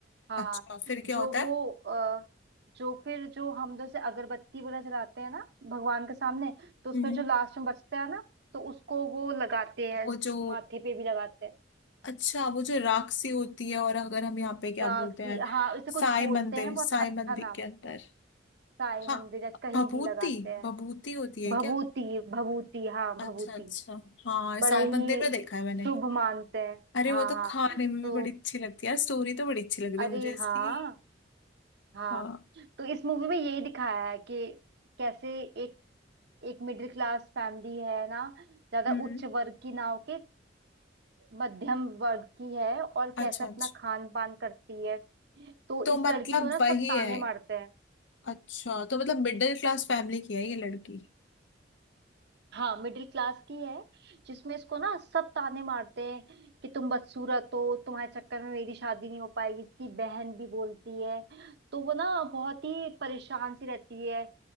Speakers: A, on the right; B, on the left.
A: हाँ
B: अच्छा फिर क्या
A: जो
B: होता
A: वो
B: है
A: अ, जो फिर जो हम जैसे अगरबत्ती वगैरह जलाते हैं ना भगवान के सामने तो उसमें
B: हम्म।
A: जो लास्ट में बचता है ना तो उसको वो लगाते हैं
B: वो जो
A: माथे पे भी लगाते हैं
B: अच्छा वो जो राक्षसी होती है और अगर हम यहाँ पे क्या
A: राखी
B: बोलते हैं
A: हाँ इसे कुछ
B: साई
A: बोलते
B: मंदिर
A: हैं बहुत
B: साई
A: अच्छा
B: मंदिर
A: नाम
B: के अंदर
A: साई
B: हाँ
A: मंदिर या कहीं
B: भभूति
A: भी लगाते हैं
B: भभूति होती है
A: भभूति
B: क्या
A: भभूति हाँ
B: अच्छा
A: भभूति
B: अच्छा हाँ
A: बड़े
B: साई
A: ही
B: मंदिर में देखा है मैंने
A: शुभ मानते हैं
B: अरे
A: हाँ
B: वो तो
A: हाँ
B: खाने में
A: तो
B: भी बड़ी अच्छी लगती है यार स्टोरी तो बड़ी अच्छी लग रही
A: अरे
B: है मुझे इसकी
A: हाँ हाँ
B: हाँ
A: तो इस मूवी में यही दिखाया है कि कैसे एक एक मिडिल क्लास फैमिली है ना ज्यादा
B: हम्म
A: उच्च वर्ग की ना होके मध्यम वर्ग की है और कैसे
B: अच्छा
A: अपना
B: अच्छा
A: खान पान करती है तो
B: तो
A: इस
B: मतलब
A: लड़की को ना
B: वही
A: सब ताने
B: है
A: मारते हैं
B: अच्छा तो मतलब मिडिल क्लास फैमिली की है ये लड़की
A: हाँ मिडिल क्लास की है जिसमें इसको ना सब ताने मारते हैं कि तुम बदसूरत हो तुम्हारे चक्कर में मेरी शादी नहीं हो पाएगी इसकी बहन भी बोलती है तो वो ना बहुत ही परेशान सी रहती है